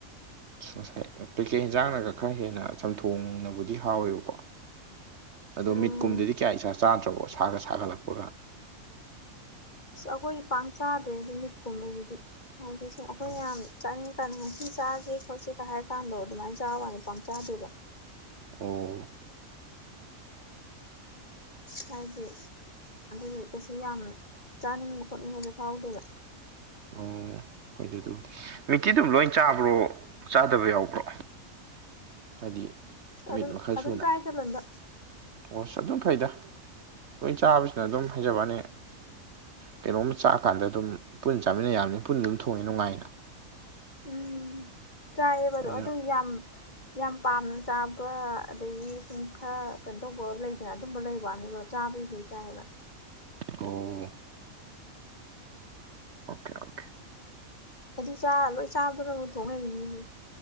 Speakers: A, on the right; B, on the left.
A: ꯉꯁꯥꯏ ꯀꯩꯀꯩ ꯏꯟꯖꯥꯡꯅꯒ ꯈꯔ ꯍꯦꯟꯅ ꯆꯝꯊꯣꯡꯅꯕꯨꯗꯤ ꯍꯥꯎꯋꯦꯕꯀꯣ ꯑꯗꯣ
B: ꯎꯝ
A: ꯃꯤꯠꯀꯨꯝꯕꯗꯗꯤ ꯀꯌꯥ ꯏꯆꯥ ꯆꯥꯗ꯭ꯔꯕꯣ ꯁꯥꯥꯒ ꯁꯥꯒꯠꯂꯛꯄꯒ
B: ꯑꯁ ꯑꯩꯈꯣꯏ ꯄꯥꯛ ꯆꯥꯗ꯭ꯔꯦ ꯃꯤꯠꯀꯨꯝꯕꯖꯤꯗꯤ ꯍꯥꯏꯗꯤ ꯁꯨꯝ ꯑꯩꯈꯣꯏ
A: ꯑꯣ
B: ꯌꯥꯝ ꯆꯥꯅꯤꯡ ꯇꯥꯅꯤꯡ ꯉꯁꯤ ꯆꯥꯖꯤ ꯈꯣꯠꯁꯤꯒ ꯍꯥꯏꯔ ꯀꯥꯟꯗꯣ ꯑꯗꯨꯃꯥꯏ ꯆꯥꯕꯩ ꯋꯥꯅꯤ ꯄꯥꯡ ꯆꯥꯗꯦꯗ
A: ꯑꯣ
B: ꯍꯥꯏꯗꯤ ꯑꯗꯨꯝ ꯀꯩꯁꯨꯝ ꯌꯥꯝ ꯆꯥꯅꯤꯡꯕ ꯈꯣꯠꯅꯤꯡꯕꯖꯨ ꯐꯥꯎꯗꯦꯕ
A: ꯑꯣ ꯍꯣꯏꯗ ꯑꯗꯨꯕꯨꯗꯤ ꯃꯤꯀꯤꯗꯨꯝ ꯂꯣꯏ ꯆꯥꯕ꯭ꯔꯣ ꯆꯥꯗꯕ ꯌꯥꯎꯕ꯭ꯔꯣ ꯍꯥꯏꯗꯤ
B: ꯑꯗꯨꯝ
A: ꯃꯤꯠ ꯃꯈꯜ
B: ꯑꯗꯨꯝ
A: ꯁꯨꯅ
B: ꯆꯥꯏꯗ ꯂꯣꯏꯕ
A: ꯑꯣꯁ ꯑꯗꯨꯝ ꯐꯩꯗ ꯂꯣꯏ ꯆꯥꯕꯁꯤꯅ ꯑꯗꯨꯝ ꯍꯥꯏꯖꯕꯩ ꯋꯥꯅꯤ ꯀꯩꯅꯣꯝꯃ ꯆꯥꯀꯥꯟꯗ ꯑꯗꯨꯝ ꯄꯨꯟ ꯆꯥꯃꯤꯟꯅ ꯌꯥꯕꯅꯤꯅ ꯄꯨꯟꯅ ꯑꯗꯨꯝ ꯊꯣꯡꯉꯤ ꯅꯨꯡꯉꯥꯏꯅ
B: ꯎꯝ ꯆꯥꯏꯌꯦꯕꯗꯣ
A: ꯑꯗꯨꯅ
B: ꯑꯗꯨ ꯌꯥꯝ ꯌꯥꯝ ꯄꯥꯝꯅ ꯆꯥꯕ ꯑꯗꯒꯤ ꯁꯨꯝ ꯈꯔ ꯀꯩꯅꯣ ꯇꯧꯕ ꯂꯩꯗꯅ ꯑꯗꯨꯝꯕ ꯂꯩꯕ ꯋꯥꯅꯤꯕ ꯆꯥꯕꯗꯤ ꯂꯣꯏ ꯆꯥꯏꯕ
A: ꯑꯣ ꯑꯣꯀꯦ ꯑꯣꯀꯦ
B: ꯑꯗꯨ ꯆꯥ ꯂꯣꯏ ꯆꯥꯕꯗꯨꯅꯕꯨ ꯊꯣꯡ ꯍꯩꯅꯤꯅꯦ